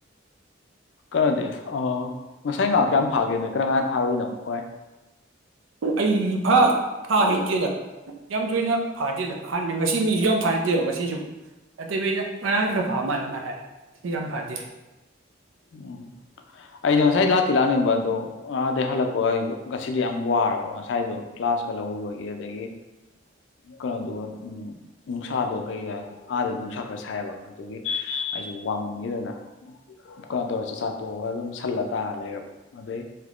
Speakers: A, on the left; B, on the right.
A: ꯀꯩꯅꯣꯗꯤ ꯑ ꯉꯁꯥꯏ ꯉꯥꯏꯍꯥꯛ ꯀꯌꯥꯝ ꯐꯥꯒꯦ ꯅꯣꯏ ꯀꯔ ꯀꯥꯟꯗ ꯊꯥꯔꯨꯏꯅꯣ ꯈ꯭ꯋꯥꯏ
B: ꯑꯩ ꯐꯥ ꯊꯥ ꯍꯩꯇꯦꯗ ꯌꯥꯝ ꯇꯣꯏꯅ ꯐꯥꯗꯦꯗ ꯑꯍꯥꯟꯕ ꯉꯁꯤ ꯃꯤꯁꯨ ꯌꯥꯝ ꯐꯅꯗꯦꯕ ꯉꯁꯤꯁꯨ ꯑꯇꯩꯃꯩꯅ ꯉꯔꯥꯡ ꯈꯔ ꯐꯥ ꯃꯥꯜꯜꯂꯦ ꯑꯗꯨꯃꯥꯏ ꯍꯥꯏ ꯉꯁꯤꯗꯤ ꯌꯥꯝ ꯐꯥꯗꯦ
A: ꯎꯝ ꯑꯩꯗꯤꯣ ꯉꯁꯥꯏ ꯂꯥꯛꯇꯤ ꯂꯥꯛꯅꯤꯡꯕ ꯑꯗꯣ ꯑꯥꯗꯒꯤꯩ ꯍꯜꯂꯛꯄ ꯉꯁꯤꯗꯤ ꯌꯥꯝ ꯋꯥꯔꯕ ꯉꯁꯥꯏꯗꯣ ꯀ꯭ꯂ꯭ꯂꯥꯁꯀ ꯂꯧꯎꯕꯒꯤ ꯑꯗꯒꯤ ꯀꯩꯅꯣꯗꯨꯒ ꯅꯨꯡꯁꯥꯗꯣ ꯀꯩ ꯑꯥꯗꯗꯤ ꯅꯨꯡꯁꯥ ꯈꯔ ꯁꯥꯏꯑꯕ ꯑꯗꯨꯒꯤ ꯑꯩꯁꯨ ꯋꯥꯃꯟꯈꯤꯗꯅ ꯀꯩꯅꯣ ꯇꯧꯔ ꯆꯥꯆꯥꯥ ꯇꯣꯛꯑꯒ ꯑꯗꯨꯝ ꯁꯜꯂ ꯇꯥꯔ ꯂꯩꯔꯕ ꯑꯗꯨꯗꯩ